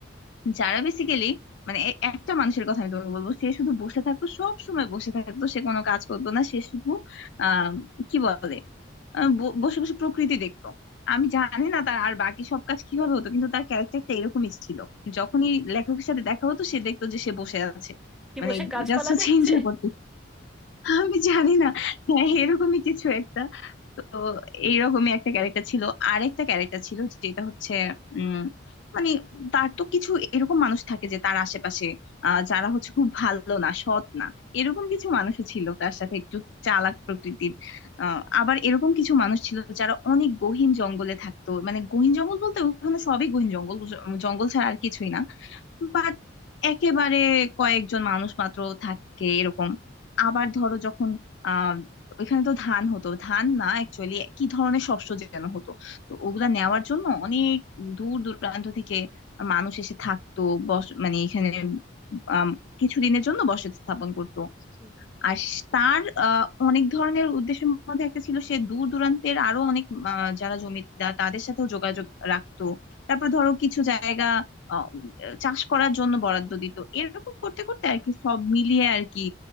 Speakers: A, on the left (about 65°); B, in the centre.
A: যারা বেসিক্যালি মানে এ- একটা মানুষের কথা আমি তোমাকে বলবো সে শুধু বসে থাকতো সব সময় বসে থাকতো সে কোনো কাজ করতো না সে শুধু আহ কি বলে আহ ব- বসে বসে প্রকৃতি দেখতো আমি জানি না তার আর বাকি সব কাজ কিভাবে হতো কিন্তু তার ক্যারেক্টারটা এরকমই ছিল যখনই লেখকের সাথে দেখা হতো সে দেখতো যে সে বসে আছে
B: কি
A: মানে
B: বসে গাছপালা
A: জাস্ট
B: দেখছে
A: চেঞ্জ হয়ে পড়তো আমি জানি না হ্যাঁ এরকমই কিছু একটা তো এইরকমই একটা ক্যারেক্টার ছিল আরেকটা ক্যারেক্টার ছিল যেটা হচ্ছে উম মানে তার তো কিছু এরকম মানুষ থাকে যে তার আশেপাশে আহ যারা হচ্ছে খুব ভালো না সৎ না এরকম কিছু মানুষও ছিল তার সাথে একটু চালাক প্রকৃতির আহ আবার এরকম কিছু মানুষ ছিল যারা অনেক গহীন জঙ্গলে থাকতো মানে গহীন জঙ্গল বলতে ওখানে সবই গহীন জঙ্গল জ- জঙ্গল ছাড়া আর কিছুই না বাট একেবারে কয়েকজন মানুষ মাত্র থাকে এরকম আবার ধরো যখন আহ ওইখানে তো ধান হতো ধান না অ্যাকচুয়ালি কি ধরনের শস্য যেন হতো তো ওগুলা নেওয়ার জন্য অনেক দূর দূরান্ত থেকে মানুষ এসে থাকতো বস মানে এখানে আম, কিছুদিনের জন্য বসতি স্থাপন করতো
B: হুম, হুম।
A: আর স- তার আহ, অনেক ধরনের উদ্দেশ্যের মধ্যে একটা ছিল সে দূর দূরান্তের আরো অনেক আহ, যারা জমিদার তাদের সাথেও যোগাযোগ রাখতো তারপর ধরো কিছু জায়গা আহ, উম, চাষ করার জন্য বরাদ্দ দিত এরকম করতে করতে আর কি সব মিলিয়ে আর কি